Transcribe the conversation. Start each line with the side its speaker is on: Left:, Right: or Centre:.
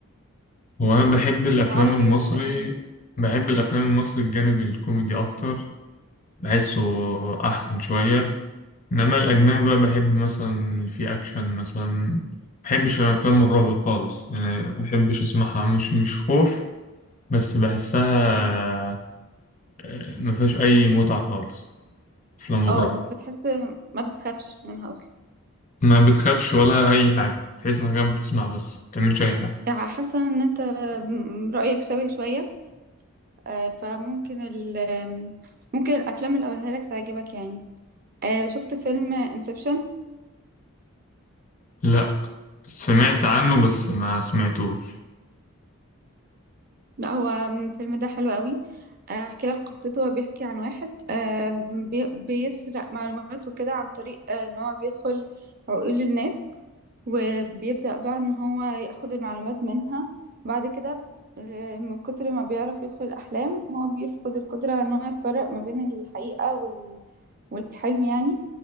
Left: هو انا بحب الافلام
Right: العربي
Left: المصري
Right: ولا الاجنبي
Left: بحب الافلام المصري الجانب الكوميدي اكتر بحسه احسن شويه انما الاجنبي بقى بحب مثلا في اكشن مثلا بحبش الافلام الرعب خالص يعني بحبش اسمعها مش مش خوف بس بحسها أه، مفيهاش اي متعه خالص افلام
Right: اه
Left: الرعب
Right: بتحس ما بتخافش منها اصلا
Left: ما بتخافش ولا أي حاجة تحس إنك قاعد بتسمع بس ما بتعملش أي حاجة
Right: يعني حاسة ان انت م- رأيك شبه شوية آه، فممكن ال ممكن الافلام اللي اقولها لك تعجبك يعني آه، شفت فيلم انسبشن
Left: لأ سمعت عنه بس ما سمعتوش
Right: لا هو الفيلم ده حلو قوي آه، احكي لك قصته هو بيحكي عن واحد آه، بي- بيسرق معلومات وكده عن طريق آه، ان هو بيدخل عقول الناس وبيبدأ بقى ان هو ياخد المعلومات منها بعد كده آه، من كتر ما بيعرف يدخل الأحلام هو بيفقد القدرة ان هو يفرق ما بين الحقيقة وال... والحلم يعني